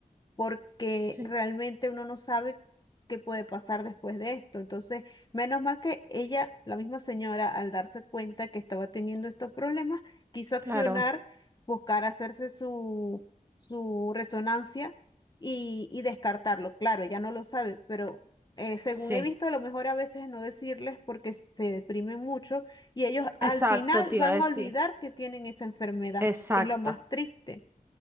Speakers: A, on the left; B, on the right.
A: porque
B: sí,
A: realmente uno no sabe qué puede pasar después de esto. Entonces, menos mal que ella, la misma señora, al darse cuenta que estaba teniendo estos problemas, quiso accionar,
B: claro,
A: buscar hacerse su, su resonancia y, y descartarlo. Claro, ella no lo sabe, pero... eh, según
B: sí.
A: he visto, a lo mejor a veces no decirles porque se deprimen mucho y ellos al
B: Exacto,
A: final
B: te
A: van
B: iba a decir.
A: a olvidar que tienen esa enfermedad,
B: Exacto.
A: que es lo más triste.